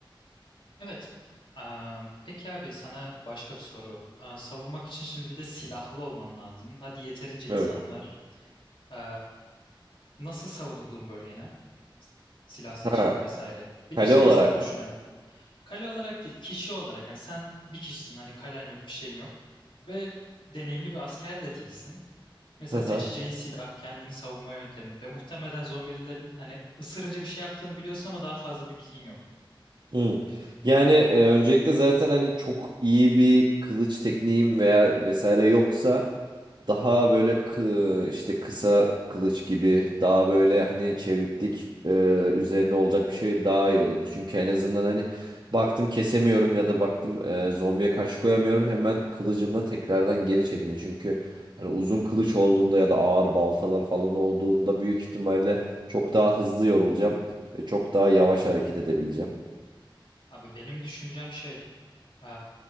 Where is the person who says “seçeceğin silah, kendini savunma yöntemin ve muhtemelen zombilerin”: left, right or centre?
Left